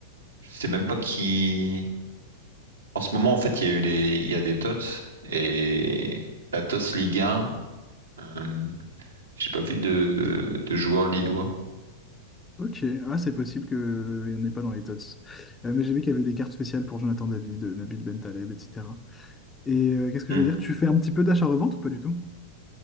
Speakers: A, on the right; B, on the left.
A: Je sais même pas qui. En ce moment, en fait, il y a eu les, il y a des TOTS et la TOS Ligue 1. euh, J'ai pas vu de, de joueurs lillois.
B: Ok, ah, c'est possible qu'il n'y en ait pas dans les tots. Euh, mais j'ai vu qu'il y avait des cartes spéciales pour Jonathan David, euh, Nabil Bentaleb, etc. Et euh, qu'est-ce que
A: Hmm.
B: je veux dire? Tu fais un petit peu d'achat-revente ou pas du tout